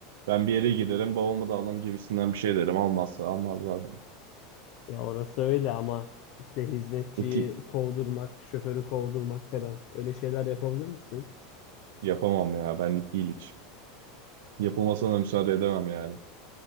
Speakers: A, on the right; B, on the left.
A: Ben bir yere girerim, babamı da alın gibisinden bir şey derim. Almazsa almazlar yani.
B: Ya orası öyle ama işte hizmetçiyi
A: Etik
B: kovdurmak, şoförü kovdurmak falan öyle şeyler yapabilir misin?
A: yapamam ya. Benlik değil hiç. Yapılmasına da müsaade edemem yani.